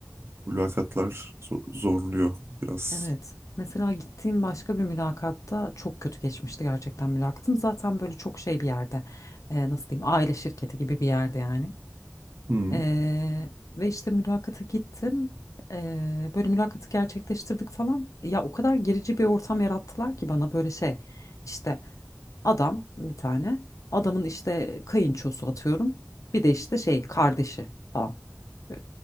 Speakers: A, on the right; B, on the left.
A: mülakatlar zo- zorluyor biraz.
B: Evet. Mesela gittiğim başka bir mülakatta çok kötü geçmişti gerçekten mülakatım. Zaten böyle çok şey bir yerde e, nasıl diyeyim aile şirketi gibi bir yerde yani.
A: Hmm.
B: E, ve işte mülakata gittim. E, böyle mülakatı gerçekleştirdik falan. Ya o kadar gerici bir ortam yarattılar ki bana böyle şey. işte Adam bir tane. Adamın işte kayınçosu atıyorum. Bir de işte şey kardeşi falan. Ee,